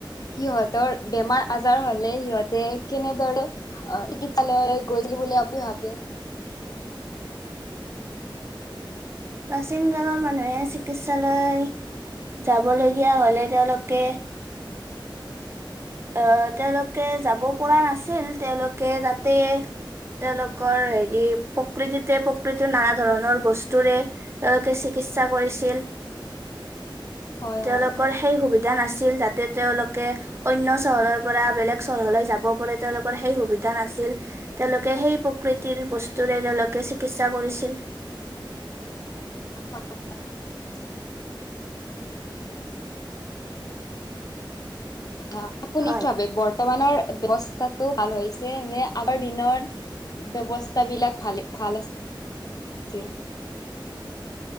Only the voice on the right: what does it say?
প্ৰাচীন কালৰ মানুহে চিকিৎসালয় যাবলগীয়া হ'লে তেওঁলোকে আহ তেওঁলোকে যাব পৰা নাছিল তেওঁলোকে তাতে তেওঁলোকৰ হেৰি প্ৰকৃতিতে প্ৰকৃতিৰ নানা ধৰণৰ বস্তুৰে তেওঁলোকে চিকিৎসা কৰিছিল।
তেওঁলোকৰ
সেই সুবিধা নাছিল যাতে তেওঁলোকে অন্য চহৰৰ পৰা বেলেগ চহৰলৈ যাব পাৰি তেওঁলোকৰ সেই সুবিধা নাছিল। তেওঁলোকে সেই প্ৰকৃতিৰ বস্তুৰে তেওঁলোকে চিকিৎসা কৰিছিল।
হয়